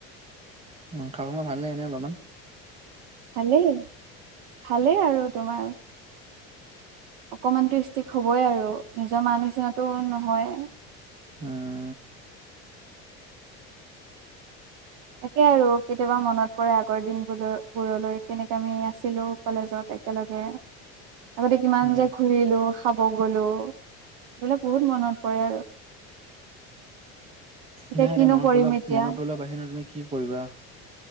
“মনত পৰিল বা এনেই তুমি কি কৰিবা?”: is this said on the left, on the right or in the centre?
Right